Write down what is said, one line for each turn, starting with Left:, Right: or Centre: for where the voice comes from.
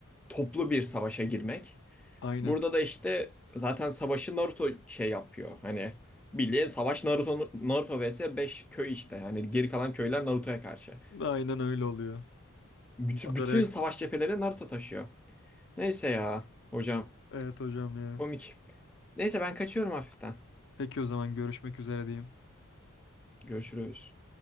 Centre: toplu bir savaşa girmek.
Left: aynen.
Centre: Burada da işte zaten savaşı Naruto şey yapıyor. Hani bildiğin savaş Naruto, Naruto vs 5 köy işte. Yani geri kalan köyler Naruto'ya karşı.
Left: Aynen öyle oluyor.
Centre: Bütün,
Left: Madara
Centre: bütün savaş cepheleri Naruto taşıyor. Neyse ya hocam
Left: Evet hocam ya.
Centre: komik. Neyse ben kaçıyorum hafiften.
Left: Peki o zaman görüşmek üzere diyeyim.
Centre: Görüşürüz.